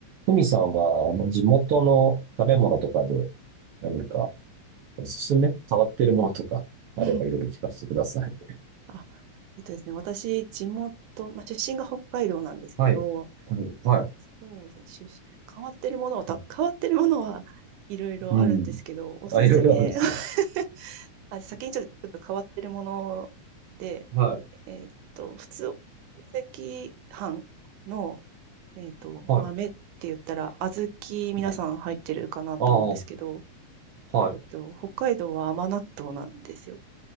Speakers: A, on the right (about 70°); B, on the right (about 80°).
A: ふみさんは、あの、地元の食べ物とかで何かおすすめ変わってるものとかあればいろいろ聞かせてください。
B: <laughs> あ、えっとですね、私、地元、まあ、出身が北海道なんですけど、
A: はい。食べるはい。
B: そうですね、出、変わってるものはた変わってるものはいろいろあるんですけど、
A: あうん。
B: おすすめ
A: あ、いろいろあるんですね。
B: <laughs> あ、先にちょっとちょっと変わってるもので、
A: はい。
B: えっと、普通、お赤飯の、えっと、
A: はい。
B: 豆って言ったら、小豆皆さん入ってるかなと思うんですけど、
A: うんああ、はい。
B: えっと、北海道は甘納豆なんですよ。